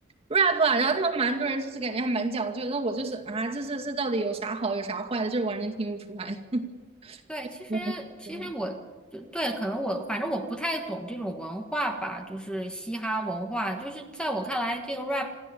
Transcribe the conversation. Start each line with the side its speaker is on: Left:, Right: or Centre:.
Right: rap 啊，然后他们蛮多人就是感觉还蛮讲究的，那我就是啊，这这这到底有啥好，有啥坏的，就是完全听不出来。
Centre: 对，
Right: <laughs>
Centre: 其实其实我就对，
Right: 对这样。
Centre: 可能我反正我不太懂这种文化吧，就是嘻哈文化，就是在我看来，这个 rap